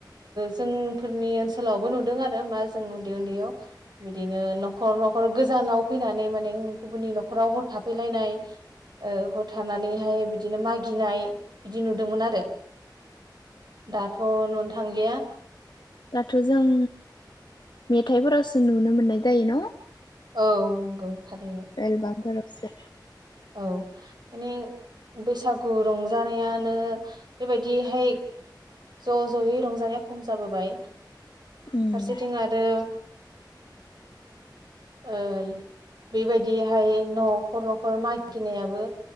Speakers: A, on the right; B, on the left.
A: जोंफोरनि ओनसोलावबो नुदों आरो मा जों उन्दै उन्दैयाव बिदिनो न'खर न'खर गोजानाव फैनानै माने गुबुननि न'खराव हर थाफैलायनाय हरथानानै हाय बिदिनो मागिनाय बिदि नुदोंमोन आरो। दाथ' नुनो थांलिया।
B: दाथ' जों मेथाइफोरावसो नुनो मोननाय जायो न
A: औ नंगौ थारैनो
B: एलबामफोराव से
A: औ माने बैसागु रंजानायानो बेबायदिहाय ज' ज'यै रंजानाया खम जाबोबाय।
B: उम
A: फारसेथिं आरो ओ बेबायदिहाय न'खर न'खर माइ गिनायाबो